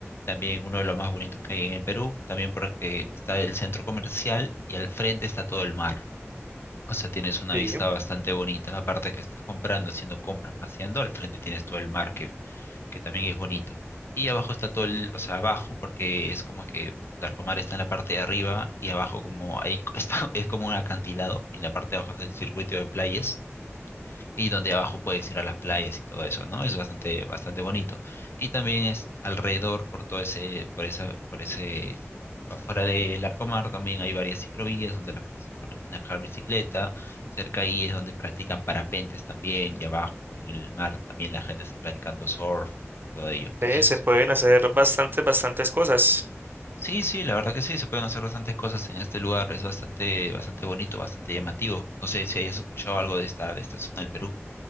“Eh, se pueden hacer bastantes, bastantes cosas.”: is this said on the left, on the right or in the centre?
Right